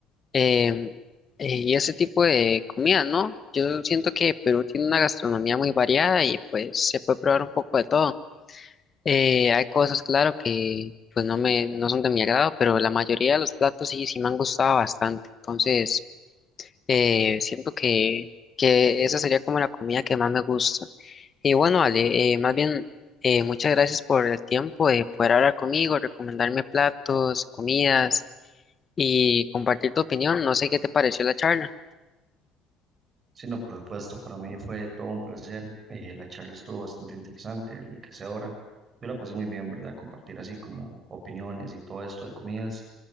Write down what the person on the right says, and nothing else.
Sí, no, por supuesto, para mí fue todo un placer. eh, la charla estuvo bastante interesante, enriquecedora. Yo la pasé muy bien, ¿verdad? Compartir así como opiniones y todo esto de comidas